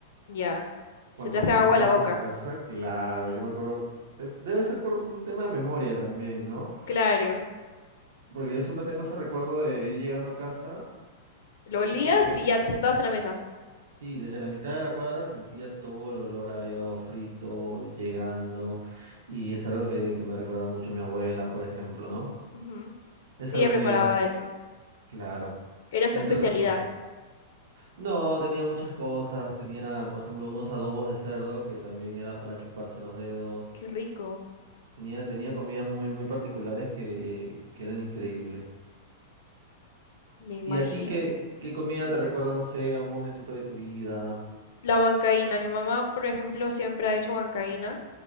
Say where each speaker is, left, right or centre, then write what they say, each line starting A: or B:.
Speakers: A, on the left (about 60°); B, on the right (about 80°).
A: ya.
B: cuando
A: Se te hace agua
B: entras
A: la boca.
B: a tu casa, claro, yo me acuerdo, es, debe ser por un tema de memoria también, ¿no?
A: Claro.
B: Porque yo siempre tengo ese recuerdo de ir llegando a casa
A: Lo olías
B: y creo que
A: y ya te sentabas en la mesa.
B: Sí, desde la mitad de la cuadra sentía todo el olor a hígado frito llegando y es algo que, que me recuerda mucho a mi abuela, por ejemplo, ¿no?
A: Ujú.
B: Es
A: Ella
B: algo
A: preparaba
B: muy agradable,
A: eso.
B: claro,
A: Era su
B: entre
A: especialidad.
B: otras cosas. No, tenía muchas cosas, tenía, por ejemplo, unos adobos de cerdo que también era para chuparse los dedos.
A: Qué rico,
B: Tenía, tenía comidas muy, muy particulares que, que eran increíbles.
A: me imagino.
B: ¿Y a ti qué, qué comida te recuerda, no sé, a un momento de tu vida?
A: La huancaína. Mi mamá, por ejemplo, siempre ha hecho huancaína